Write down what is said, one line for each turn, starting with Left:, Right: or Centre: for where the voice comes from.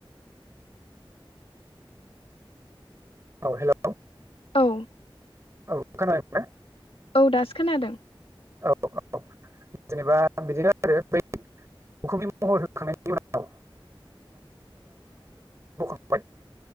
Right: औ हेल'
Left: औ
Right: औ खोनादों ना?
Left: औ दासो खोनादों।
Right: औ औ जेनेबा बिदिनो आरो बै मखुमि महर होखांनायनि उनाव <unintelligible>